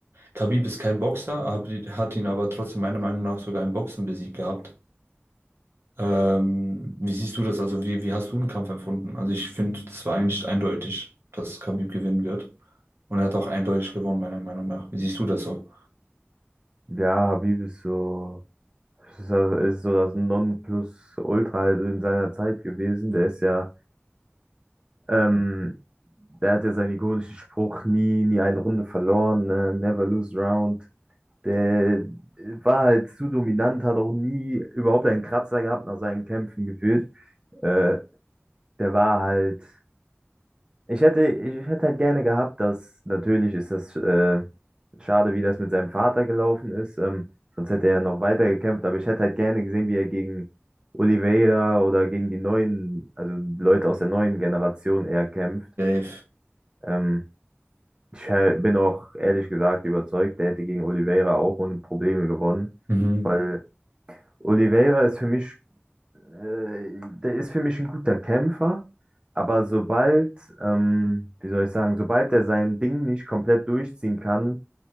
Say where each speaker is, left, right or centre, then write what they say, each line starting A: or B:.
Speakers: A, on the right; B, on the right.
A: Khabib ist kein Boxer, hab- hat ihn aber trotzdem meiner Meinung nach sogar im Boxen besiegt gehabt. Ähm, wie siehst du das? Also wie, wie hast du den Kampf empfunden? Also ich finde, das war eigentlich eindeutig, dass Khabib gewinnen wird. Und er hat auch eindeutig gewonnen, meiner Meinung nach. Wie siehst du das so?
B: Ja, Habib ist so, ist, so- ist so das Nonplusultra halt in seiner Zeit gewesen. Der ist ja Ähm, der hat ja seinen ikonischen Spruch, nie, nie eine Runde verloren, ne? Never lose round. Der äh, war halt zu dominant, hat auch nie überhaupt einen Kratzer gehabt nach seinen Kämpfen gefühlt. Äh, der war halt, ich hätte, ich, ich hätte halt gerne gehabt, dass, natürlich ist das äh, schade, wie das mit seinem Vater gelaufen ist, ähm, sonst hätte er ja noch weiter gekämpft, aber ich hätte halt gerne gesehen, wie er gegen Oliveira oder gegen die neuen, also Leute aus der neuen Generation eher kämpft.
A: Dave.
B: Ähm, Ich äh, bin auch ehrlich gesagt überzeugt, der hätte gegen Oliveira auch ohne Probleme gewonnen,
A: Mhm.
B: weil Oliveira ist für mich, äh, der ist für mich ein guter Kämpfer, aber sobald, ähm, wie soll ich sagen, sobald er sein Ding nicht komplett durchziehen kann,